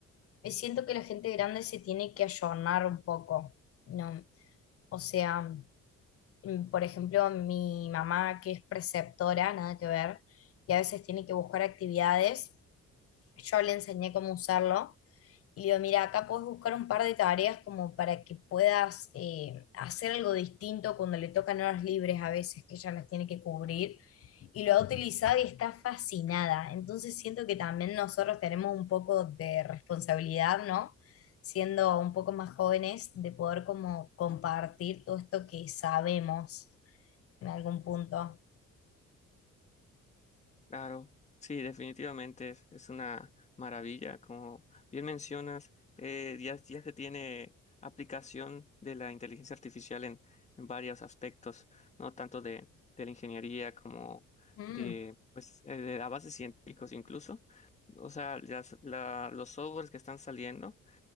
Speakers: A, on the left; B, on the left.
A: Eh, Siento que la gente grande se tiene que ayornar un poco, ¿no? O sea, mm, por ejemplo, mi mamá que es preceptora, nada que ver, y a veces tiene que buscar actividades yo le enseñé cómo usarlo y le digo, mira, acá puedes buscar un par de tareas como para que puedas eh, hacer algo distinto cuando le tocan horas libres a veces que ella las tiene que cubrir. Y lo ha utilizado y está fascinada. Entonces siento que también nosotros tenemos un poco de responsabilidad, ¿no? Siendo un poco más jóvenes, de poder como compartir todo esto que sabemos en algún punto.
B: Claro, sí, definitivamente es, es una maravilla. Como bien mencionas, eh, ya, ya se tiene aplicación de la inteligencia artificial en, en varios aspectos, no tanto de, de la ingeniería como
A: Mm,
B: de, pues, eh, de avances científicos incluso. O sea, las- la- los softwares que están saliendo